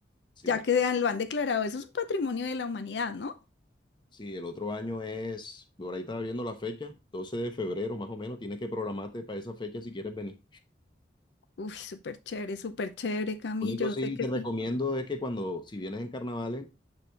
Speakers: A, on the left; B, on the left.
A: Sí,
B: ya que lo han declarado, eso es un patrimonio de la humanidad, ¿no?
A: sí, el otro año es, por ahí estaba viendo la fecha, 12 de febrero más o menos, tienes que programarte para esa fecha si quieres venir.
B: Uy, súper chévere, súper chévere, Cami,
A: Lo único
B: yo
A: sí
B: sé que
A: te recomiendo
B: sí.
A: es que cuando, si vienes en carnavales,